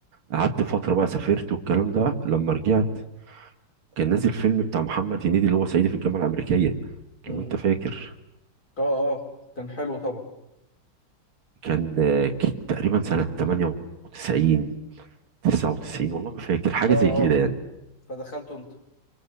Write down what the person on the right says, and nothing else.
قعدت فترة بقى سافرت والكلام ده لما رجعت كان نازل فيلم بتاع محمد هنيدي اللي هو صعيدي في الجامعة الأمريكية
لو أنت فاكر
كان آه، ك- تقريبا سنة 98 99 والله ما فاكر حاجة
زي كده
يعني